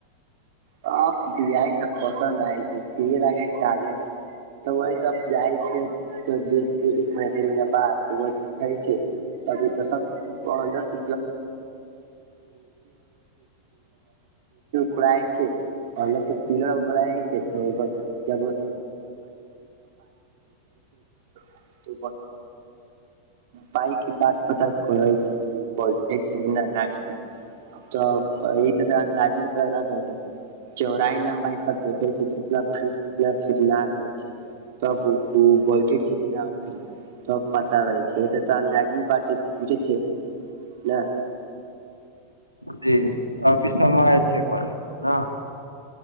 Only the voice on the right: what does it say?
अब डिजाइन तऽ पसन्द आय छैय ठिके लगैय छैय चालिस तऽ वही त जाइ छैय त एक महीना डेढ़ महीना बाद व देखैय छिय तभी तऽ सब <inaudible> <inaudible> कि फुराय छैय अन्दर से पीलर बनाइ छै तऽ ओ। <inaudible> <inaudible> पाइ की बात पता करै छै कि बैइठै कि नहि ना। <inaudible> तऽ इ त तऽ अन्दाजी रुपआ नहि कहै छै। चौड़ाई लम्बाई सब देखै छै कितना फीट कितना फीट लागि रहै छै। तब ओ बैठे छी कि नै आर तब पता रहैय छैय एतय तऽ लाजी पाटी खुजैय छैय ना